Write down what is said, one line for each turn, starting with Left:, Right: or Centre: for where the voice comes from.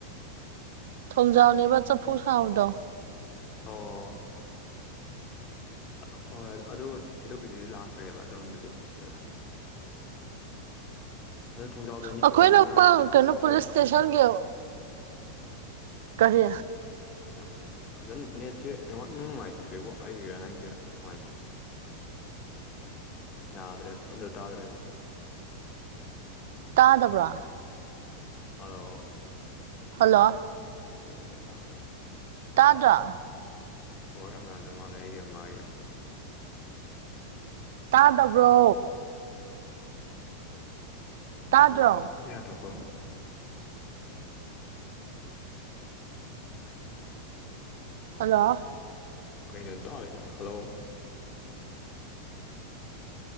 Right: ꯊꯣꯡꯖꯥꯎꯅꯦꯕꯥ ꯆꯐꯨ ꯁꯥꯕꯗꯣ
Left: ꯑꯣ ꯑꯛ ꯍꯣꯏ ꯑꯗꯨ ꯅꯠꯇꯕꯤꯗꯤ ꯂꯥꯛꯈ꯭ꯔꯦꯕ ꯑꯗꯣꯝꯗꯗꯤ ꯐꯖꯅ <unintelligible> ꯑꯗꯣ ꯊꯣꯡꯖꯥꯎꯗꯩꯩꯅꯤꯀꯣ
Right: ꯑꯩꯈꯣꯏꯅ
Left: ꯀꯩꯅꯣꯅ ꯆꯤꯠ
Right: ꯀꯩꯅꯣ
Left: ꯆꯤꯠꯇ꯭ꯔꯦ
Right: ꯄꯨꯂꯤꯁ ꯏꯁꯇꯦꯁꯟꯒꯤ ꯀꯔꯤ
Left: ꯀꯩ ꯃꯥꯏ <unintelligible> <unintelligible> ꯐꯖꯅ ꯅꯦꯠꯁꯦ ꯅꯦꯠꯋꯥꯛ ꯏꯅꯨꯡ ꯅꯨꯡꯉꯥꯏꯇ꯭ꯔꯦꯕꯣ ꯑꯩꯒꯤꯔ ꯅꯪꯒꯤꯔ ꯅꯨꯡꯉꯥꯏꯇ꯭ꯔꯦ ꯌꯥꯗ꯭ꯔꯦ ꯑꯝꯗ ꯇꯥꯗ꯭ꯔꯦꯕꯣ
Right: ꯇꯥꯗꯕ꯭ꯔꯣ
Left: ꯍꯜꯂꯣ
Right: ꯍꯜꯂꯣ
Left: ꯀꯩꯝꯇ ꯇꯥꯗ꯭ꯔꯦ
Right: ꯇꯥꯗ꯭ꯔꯣ
Left: ꯅꯦꯠꯋꯥꯛ ꯌꯥꯝ ꯌꯥꯗꯕ ꯃꯥꯜꯂꯦ ꯑꯩꯒꯤꯔ ꯃꯥꯒꯤꯔ
Right: ꯇꯥꯗꯕ꯭ꯔꯣ ꯇꯥꯗ꯭ꯔꯣ
Left: ꯅꯦꯠꯋꯥꯛ ꯀꯩꯝꯇ ꯌꯥꯗ <unintelligible> ꯀꫭꯜ ꯑꯝꯇ ꯇꯧꯗꯦ
Right: ꯍꯜꯂꯣ
Left: ꯀꯩꯅꯣ ꯇꯥꯗ꯭ꯔꯤ ꯁꯤꯅ ꯍꯜꯂꯣ <inaudible>